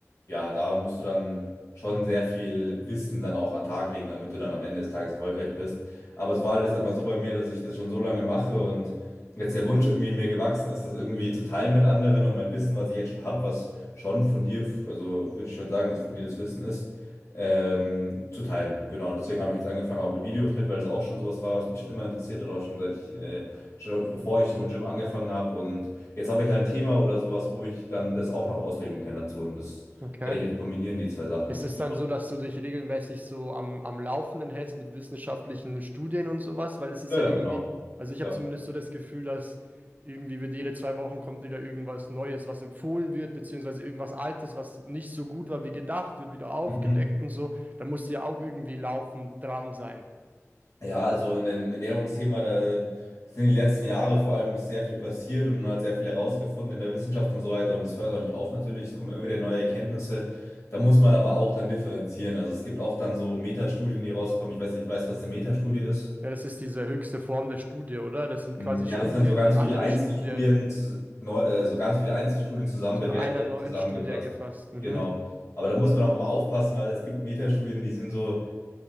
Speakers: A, on the left; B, on the right.
A: ja, da musst du dann schon sehr viel Wissen dann auch an den Tag legen, damit du dann am Ende des Tages erfolgreich bist. Aber es war halt jetzt einfach so bei mir, dass ich das schon so lange mache und jetzt der Wunsch irgendwie mir gewachsen ist, das irgendwie zu teilen mit anderen und mein Wissen, was ich jetzt schon habe, was schon von dir, also würde ich schon sagen, dass von dir das Wissen ist, ähm, zu teilen. Genau, und deswegen habe ich jetzt angefangen auch mit Videoschnitt, weil es auch schon sowas war, was mich schon immer interessiert hat, auch schon seit ich, äh, schon bevor ich schon im Gym angefangen habe und Jetzt habe ich halt ein Thema oder sowas, wo ich dann das auch noch ausleben kann dazu. Und das
B: okay.
A: werde ich jetzt kombinieren, die zwei Sachen.
B: Ist es
A: Hast du-
B: dann so, dass du dich regelmäßig so am, am Laufenden hältst mit wissenschaftlichen Studien und sowas? Weil es ist
A: Ja, ja,
B: ja irgendwie,
A: genau.
B: also ich habe
A: Ja.
B: zumindest so das Gefühl, dass irgendwie wird jede zwei Wochen kommt wieder irgendwas Neues, was empfohlen wird, beziehungsweise irgendwas Altes, was nicht so gut war wie gedacht, wird wieder aufgedeckt
A: Mhm.
B: und so. Da musst du ja auch irgendwie laufend dran sein.
A: Ja, also in dem Ernährungsthema, da sind die letzten Jahre vor allem ist sehr viel passiert und man hat sehr viel herausgefunden in der Wissenschaft und so weiter. Und das hört auch nicht auf natürlich. Es kommen immer wieder neue Erkenntnisse. Da muss man aber auch dann differenzieren. Also es gibt oft dann so Metastudien, die rauskommen. Ich weiß nicht, weißt du, was eine Metastudie ist?
B: Ja, das ist diese höchste Form der Studie, oder? Das sind
A: Hm,
B: quasi
A: Ja,
B: Studien,
A: das sind so ganz
B: die
A: viele
B: andere
A: Einzelstudien,
B: Studien
A: zu- neu- äh, so ganz viele Einzelstudien zusammen
B: zu
A: bewertet,
B: einer neuen
A: zusammengefasst.
B: Studie gefasst. Mhm.
A: Genau. Aber da muss man auch immer aufpassen, weil es gibt Metastudien, die sind so,